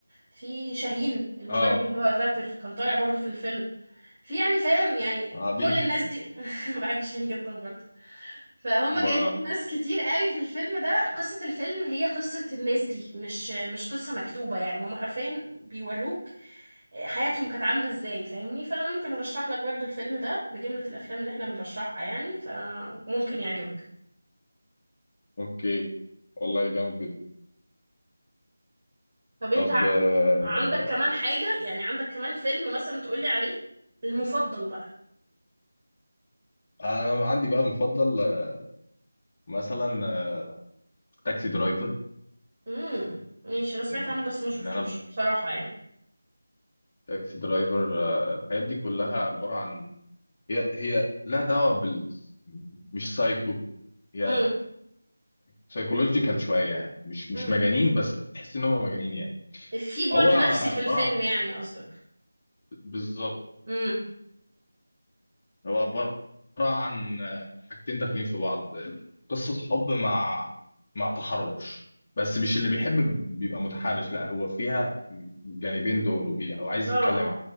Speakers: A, on the right; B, on the left.
A: في شاهين المغني
B: اه
A: اللي هو الرابر كان طالع برضو في الفيلم في يعني فاهم يعني
B: حبيبي
A: كل الناس
B: فاهم
A: دي <laughs> بحب شاهين جدا برضو فهم
B: ب-
A: جايبين ناس كتير قوي في الفيلم ده قصة الفيلم هي قصة الناس دي مش مش قصة مكتوبة يعني هم حرفيا بيوروك حياتهم كانت عاملة ازاي فاهمني فممكن ارشح لك برضو الفيلم ده بجملة الافلام اللي احنا بنرشحها يعني فممكن يعجبك
B: اوكي والله جامد جدا
A: طب انت
B: طب
A: ع-
B: آه،
A: عندك كمان حاجة يعني عندك كمان فيلم مثلا تقولي عليه المفضل بقى
B: انا عندي بقى مفضل آه، مثلا آه، تاكسي درايفر
A: امم ماشي انا سمعت
B: ان
A: عنه بس ما شفتوش
B: إن انا
A: بصراحة يعني
B: تاكسي درايفر آه، الحاجات دي كلها عباره عن هي هي لها دعوة بال مش سايكو هي
A: امم
B: سايكولوجيكال شوية يعني مش مش
A: امم
B: مجانين بس تحس ان هم مجانين يعني
A: في بعد
B: هو
A: نفسي في
B: عبارة
A: الفيلم
B: عن
A: يعني قصدك
B: بالظبط
A: امم
B: هو عبارة عن حاجتين داخلين في بعض قصة حب مع مع تحرش بس مش اللي بيحب بيبقى متحرش لا هو فيها جانبين دول وبي... او عايز
A: اه
B: يتكلم
A: اه